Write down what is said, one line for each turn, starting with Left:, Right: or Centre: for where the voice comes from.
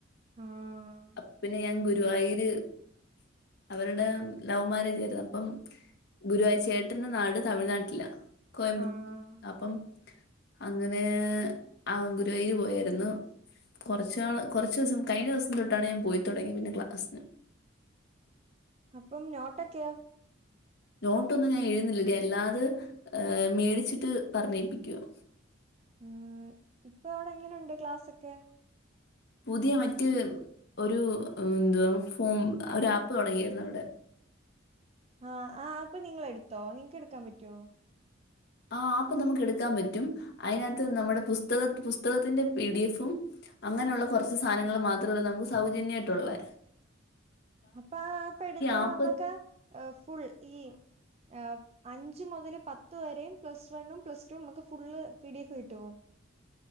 Right: ആഹ്
Left: അപ്പോ പിന്നെ ഞാൻ ഗു ഗുരുവായിര് അവരുടെ ലൗ മാരേജ് ആയിരുന്നപ്പം ഗുരുവായ് ചേട്ടന്റെ നാട് തമിഴ്നാട്ടില കോയമ്പത്ത
Right: ആഹ്
Left: അപ്പം അങ്ങനെ ആ ഗുരുവായൂര് പോയാര്ന്നു കൊറച്ചാള് കൊറച്ചൊസം കഴിഞ്ഞോസം തൊട്ടാണ് ഞാൻ പോയി തൊടങ്ങിയെ പിന്നെ ക്ലാസ്സിന്
Right: അപ്പം നോട്ടൊക്കെയോ
Left: നോട്ടൊന്നും ഞാൻ എഴുന്നില്ലടി അല്ലാത് മേടിച്ചിട്ട് പറഞ്ഞേപ്പിക്കുവാ
Right: മ്മ് ഇപ്പവിടെ എങ്ങനെണ്ട് ക്ലാസ്സൊക്കെ
Left: പുതിയ മറ്റ് ഒരു എന്തുവാ ഫോം ഒരു ആപ്പ് തുടങ്ങിയാരുന്നു അവിടെ
Right: ആ ആ ആപ്പ് നിങ്ങൾ എടുത്തോ നിങ്ങക്കടുക്കാൻ പറ്റൊ
Left: ആ ആ ആപ്പ് നമ്മുക്ക് എടുക്കാൻ പറ്റും അതിനകത്ത് നമ്മുടെ പുസ്തക പുസ്തകത്തിന്റെ പി ഡി എഫും അങ്ങനെള്ള കുറച്ച് സാധനങ്ങൾ മാത്രള്ളു നമ്മുക്ക് സൗജന്യായിട്ടുള്ളെ
Right: അപ്പൊ ആ ആപ്പെടുത്ത
Left: ആപ്പ്
Right: നമ്മക്ക് ഫുൾ ഈ അ ഒക് അഞ്ച് മുതല് പത്ത് വരെയും പ്ലസ് വണ്ണും പ്ലസ് ടു മ്മക്ക് ഫുള്ള് പി ഡി എഫ് കിട്ടോ